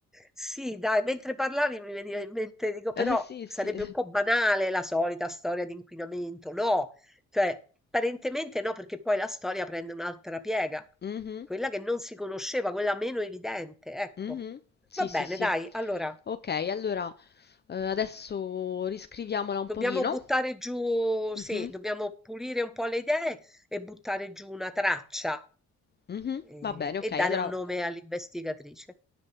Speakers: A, in the centre; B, on the left.
A: sì dai, mentre parlavi mi veniva in mente, dico però
B: Eh, sì,
A: sarebbe
B: sì.
A: un po' banale la solita storia di inquinamento, no, cioè apparentemente no, perché poi la storia prende un'altra piega,
B: Mhm,
A: quella che non si conosceva, quella meno evidente, ecco.
B: mhm. Sì,
A: Va bene,
B: sì, sì.
A: dai, allora
B: Ok, allora Eh, adesso riscriviamola un
A: dobbiamo
B: pochino.
A: buttare giù,
B: Mhm,
A: sì, dobbiamo pulire un po' le idee e buttare giù una traccia
B: mhm,
A: eh,
B: Va bene,
A: e
B: ok,
A: dare
B: allora,
A: un nome all'investigatrice.